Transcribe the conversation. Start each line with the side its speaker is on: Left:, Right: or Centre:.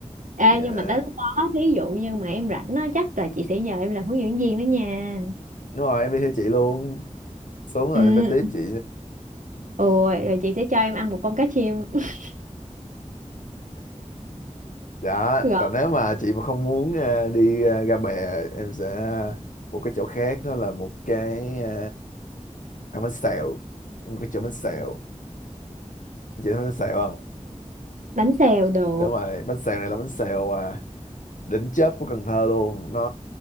Right: Ê,
Left: dạ
Right: nhưng mà tới lúc đó, thí dụ như mà em rảnh á, chắc là chị sẽ nhờ em làm hướng dẫn viên đó nha.
Left: đúng rồi em đi theo chị luôn xuống là
Right: Ừ.
Left: em phải tiếp chị
Right: Ôi, rồi chị sẽ cho em ăn một con cá chim. <laughs>
Left: dạ
Right: Rồi,
Left: còn nếu mà chị mà không muốn ờ, đi ờ, ra bè em sẽ à, một cái chỗ khác đó là một cái ờ, ăn bánh xèo một cái chỗ bánh xèo chị thấy bánh xèo không
Right: bánh xèo được.
Left: đúng rồi bánh xèo này là bánh xèo à, đỉnh chớp của Cần Thơ luôn nó